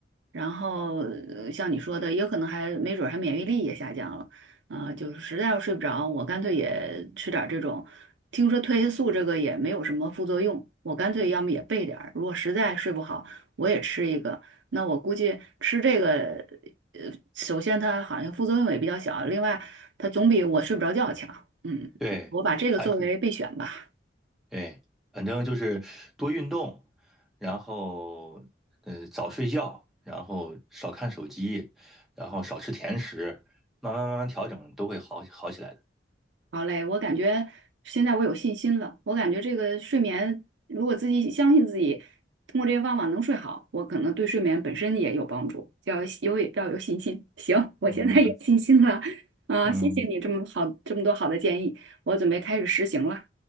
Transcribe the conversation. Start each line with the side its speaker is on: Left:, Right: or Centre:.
Right: 然后，呃像你说的，也有可能还没准儿还免疫力也下降了。啊、就是实在要睡不着，我干脆也吃点儿这种。听说褪黑素这个也没有什么副作用，我干脆要么也备点儿。如果实在睡不好，我也吃一个。那我估计吃这个，呃，首先它好像副作用也比较小，另外它总比我睡不着觉强。嗯，
Centre: 对，
Right: 我把这个作为备选吧。
Centre: 还是对，反正就是多运动，然后呃早睡觉，然后少看手机，然后少吃甜食，慢慢慢慢调整都会好好起来的。
Right: 好嘞，我感觉现在我有信心了。我感觉这个睡眠，如果自己相信自己，通过这些方法能睡好，我可能对睡眠本身也有帮助。要有要有信心。行，我现在有信心了啊！
Centre: <laughs> 嗯嗯，嗯
Right: 谢谢你这么好这么多好的建议，我准备开始实行了。